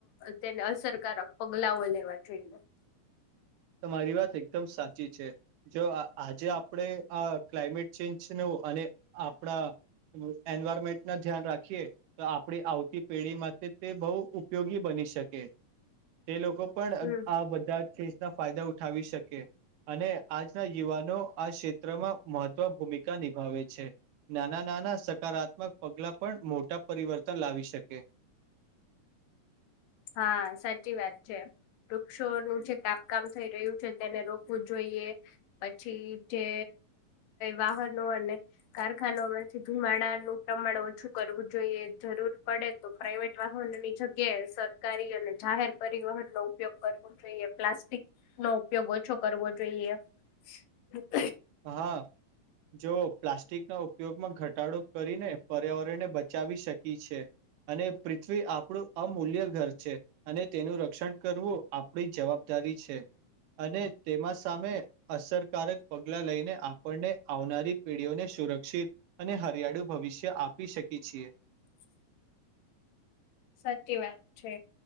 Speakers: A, on the left; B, on the right.
A: તેને અસરકારક પગલાઓ લેવા જોઈએ.
B: મારી વાત એકદમ સાચી છે, જો આજે આપણે ક્લાઇમેટ ચેન્જને નો અને આપણા એન્વાયરમેન્ટ ન ધ્યાન રાખીએ, તો આપણી આવતી પેઢી માટેમાં તે બહુ ઉપયોગી બની શકે તે લોકો લોકો પણ
A: હમ
B: આ બધા છે. ના ફાયદા ઉઠાવી શકે અને આજના યુવાનો આ ક્ષેત્રમાં મહત્વ ભૂમિકા નિભાવે છે, નાના નાના સકારાત્મક પગલા પણ મોટા પરિવર્તન લાવી શકે.
A: હા સાચી વાત છે, વૃક્ષોનુંજે કાપકામ થઈ રહ્યું છે તેને રોકવું જોઈએ, પછી જે વાહનો અને કારખાના માંથી ધુમાડાનું પ્રમાણ ઓછું કરવું જોઈએ, જરૂર પડે તો પ્રાાઈવેટ વાહનની જગ્યાએ સર ખી અને જાહેર પરિવહન નો ઉપયોગ કરવો જોઈએ પ્લાસ્ટિક નો ઉપયોગ ઓછો કરવો જોઈએ. <unintelligible>
B: હા જો પ્લાસ્ટિકના ઉપયોગમાં ઘટાડો કરીને પર્યાવરણને બચાવી શકી છે. અને પૃથ્વી આપણું અમૂલ્ય ઘર છે, અને તેનું રક્ષણ કરવું આપણી જવાબદારી છે, અને તેમાં સામે અસરકારક પગલા લઈને આપ આપને આવનારી પેઢીઓને સુરક્ષિત અને હરિયાળુ ભવિષ્ય આપી શકી છીએ,
A: <inaudible> સાચી વાત છે,